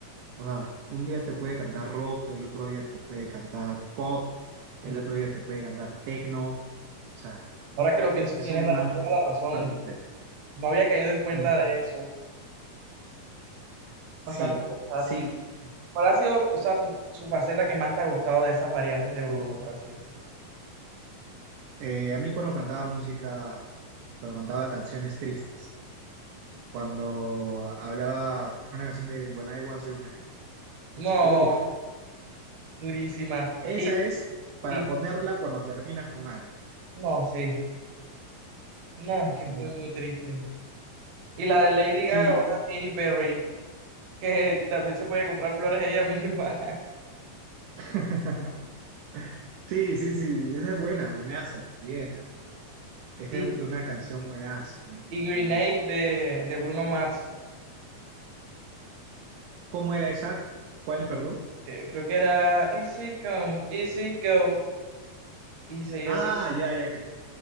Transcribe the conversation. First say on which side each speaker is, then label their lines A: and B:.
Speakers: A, on the right (about 75°); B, on the right (about 55°).
A: O sea, un día te puede cantar rock, el otro día te puede cantar pop, el
B: Uf,
A: otro día te puede cantar techno. O sea,
B: ahora que lo pienso,
A: es
B: tienes
A: un
B: la-
A: man
B: toda la razón.
A: súper completo.
B: No había caído en cuenta
A: Ujú.
B: de eso. Bastante
A: Sí,
B: versátil.
A: sí, sí.
B: ¿Cuál ha sido, o sea, tu, su faceta que más te ha gustado de esas variantes de Bruno, por así decirlo?
A: Eh, a mí cuando cantaba música, cuando cantaba canciones tristes. cuando hablaba, por ejemplo, la canción de When I Was Your Man.
B: No,
A: Uf,
B: durísima.
A: esa
B: Y,
A: es para
B: y-
A: ponerla cuando terminas con alguien.
B: no, sí. No, es
A: Ujú.
B: que es muy, muy triste. Y la de Lady
A: Sí,
B: Gaga o la Katy Perry. que también se puede comprar flores ella misma. <laughs>
A: <laughs> sí, sí, sí, sí, esa es buena, buenaza también, ¿no? Esa
B: Y,
A: es una canción buenaza, buenaza,
B: y Grenade
A: buenaza.
B: de, de Bruno Mars.
A: ¿Cómo era esa? ¿Cuál, perdón?
B: que creo que era Easy Come, Easy Go. Y seguía
A: Ah,
B: así.
A: ya, ya, que, te-